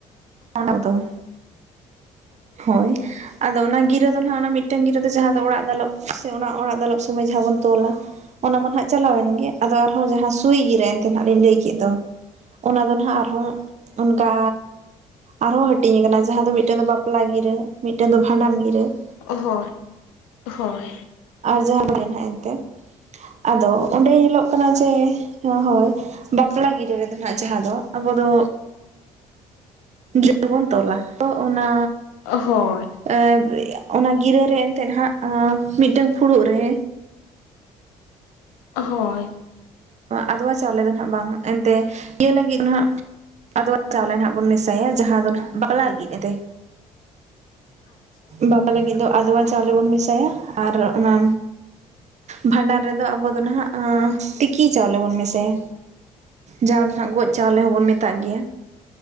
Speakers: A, on the right; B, on the left.
A: ᱚᱸᱰᱮ ᱜᱳᱛᱳᱭ ᱦᱳᱭ᱾ ᱟᱫᱚ ᱚᱱᱟ ᱜᱤᱨᱟᱹ ᱫᱚ ᱱᱟᱜ ᱚᱱᱟ ᱢᱤᱫᱴᱮᱱ ᱜᱤᱨᱟᱹ ᱫᱚ ᱡᱟᱦᱟᱸ ᱫᱚ ᱚᱲᱟᱜ ᱫᱟᱞᱚᱵ ᱥᱮ ᱚᱱᱟ ᱚᱲᱟᱜ ᱫᱟᱞᱚᱵ ᱥᱚᱢᱚᱭ ᱡᱟᱦᱟᱸ ᱵᱚᱱ ᱛᱚᱞᱟ, ᱚᱱᱟ ᱢᱟ ᱪᱟᱞᱟᱣᱮᱱ ᱜᱮ, ᱟᱫᱚ ᱟᱨᱦᱚᱸ ᱡᱟᱦᱟᱸ ᱥᱩᱭ ᱜᱤᱨᱟᱹ ᱮᱱᱛᱮ ᱱᱟᱜ ᱞᱤᱧ ᱞᱟᱹᱭ ᱠᱮᱫ ᱫᱚ ᱚᱱᱟ ᱫᱚ ᱱᱟᱜ ᱟᱨᱦᱚᱸ ᱚᱱᱠᱟ ᱟᱨᱦᱚᱸ ᱦᱟᱹᱴᱤᱧ ᱟᱠᱟᱱᱟ ᱡᱟᱦᱟᱸ ᱢᱤᱫᱴᱮᱱ ᱫᱚ ᱵᱟᱯᱞᱟ ᱜᱤᱨᱟᱹ ᱢᱤᱫᱴᱮᱱ ᱫᱚ ᱵᱷᱟᱸᱰᱟᱱ ᱜᱤᱨᱟᱹ ᱾
B: ᱦᱳᱭ, ᱦᱳᱭ ᱾
A: ᱟᱨ ᱡᱟᱦᱟᱸ ᱨᱮᱜᱮ <inaudible> ᱮᱱᱛᱮᱫ ᱟᱫᱚ ᱚᱸᱰᱮ ᱧᱮᱞᱚᱜ ᱠᱟᱱᱟ ᱡᱮ ᱦᱳᱭ, ᱵᱟᱯᱞᱟ ᱜᱤᱨᱟᱹ ᱨᱮᱫᱚ ᱱᱟᱜ ᱡᱟᱦᱟᱸ ᱫᱚ ᱟᱵᱚ ᱫᱚ ᱜᱤᱨᱟᱹ ᱵᱚᱱ ᱛᱚᱞᱟ ᱛᱚ ᱚᱱᱟ
B: ᱦᱳᱭ ᱾
A: ᱟᱨ ᱚᱱᱟ ᱜᱤᱨᱟᱹ ᱨᱮ ᱮᱱᱛᱮᱫ ᱦᱟᱸᱜ ᱢᱤᱫᱴᱟᱝ ᱯᱷᱩᱲᱩᱜ ᱨᱮ
B: ᱦᱳᱭ ᱾
A: <inaudible> ᱟᱫᱣᱟ ᱪᱟᱣᱞᱮ ᱫᱚ ᱦᱟᱸᱜ ᱵᱟᱝ ᱮᱱᱛᱮᱜ ᱤᱭᱟᱹ ᱞᱟᱹᱜᱤᱫ ᱫᱚ ‌ᱱᱟᱜ ᱟᱫᱣᱟ ᱪᱟᱣᱞᱮ ᱱᱟᱜ ᱵᱚᱱ ᱢᱮᱥᱟᱭᱟ ᱡᱟᱦᱟᱸ ᱫᱚ ᱱᱟᱜ ᱵᱟᱯᱞᱟ ᱞᱟᱹᱜᱤᱫ ᱾ ᱮᱱᱛᱮ, ᱵᱟᱯᱞᱟ ᱞᱟᱹᱜᱤᱫ ᱫᱚ ᱟᱫᱣᱟ ᱪᱟᱣᱞᱮ ᱵᱚᱱ ᱡᱮ ᱥᱟᱭᱟ ᱟᱨ ᱚᱱᱟ ᱵᱷᱟᱸᱰᱟᱱ ᱨᱮᱫᱚ ᱟᱵᱚ ᱫᱚ ᱱᱟᱦᱟᱜ ᱟᱸᱻ ᱛᱤᱠᱤ ᱪᱟᱣᱞᱮ ᱵᱚᱱ ᱢᱮᱥᱟᱭᱟ ᱡᱟᱦᱟᱸ ᱫᱚ ᱱᱟᱜ ᱜᱚᱡ ᱪᱟᱣᱞᱮ ᱦᱚᱸᱵᱚᱱ ᱢᱮᱛᱟᱜ ᱜᱮᱭᱟ ᱾